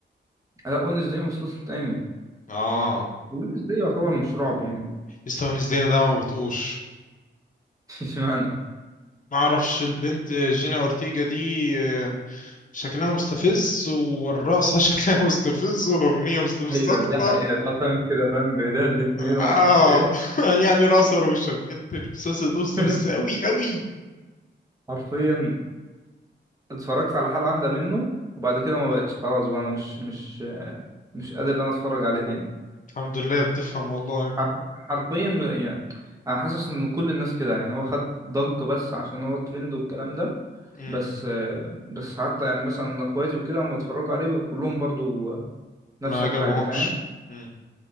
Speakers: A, on the right (about 15°); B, on the left (about 40°).
A: لا ونسداي مسلسل تاني
B: اه
A: ونسداي يعتبر مش رعب يعني
B: يسطا وينزداي ده ما بطقوش
A: <laughs> اشمعنى
B: ما اعرفش البنت جينا اورتيجا دي آه، شكلها مستفز والرقصة <laughs> شكلها مستفز والأغنية مستفزة
A: ايوه
B: أكتر
A: دي حقيقة تعتمد كده فاهم بايديها الاتنين وما
B: آه
A: اعرفش ايه
B: <laughs> يعني رقصة روشة بجد المسلسل ده مستفز
A: <laughs>
B: أوي أوي
A: حرفيا اتفرجت على حلقة واحدة منه وبعد كده ما بقتش خلاص بقى انا مش مش مش قادر ان انا اتفرج عليه تاني
B: الحمد لله بتفهم والله
A: حرف حرفيا يعني انا حاسس ان كل الناس كده يعني هو خد ضجة بس عشان هو ترند والكلام ده
B: مم.
A: بس بس حتى يعني مثلا اخواتي وكده اما اتفرجوا عليه كلهم برضو نفس
B: ما عجبهمش
A: الحاجة فاهم
B: مم.